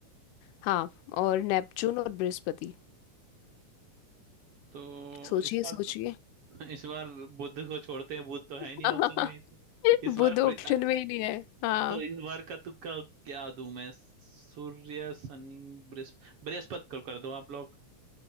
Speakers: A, on the left; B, on the right.
A: हाँ और नेपच्यून और बृहस्पति
B: तो
A: सोचिए
B: इस बार
A: सोचिए
B: इस बार बुध को छोड़ते हैं बुध तो है
A: <laughs>
B: ही नहीं ऑप्शन में इस, इस
A: बुध
B: बार
A: ऑप्शन
B: बृ-
A: में ही नहीं है हाँ
B: तो इस बार का तुक्का क्या दूं मैं सूर्य शनि बृहस्प- बृहस्पति को कर दो आप लोग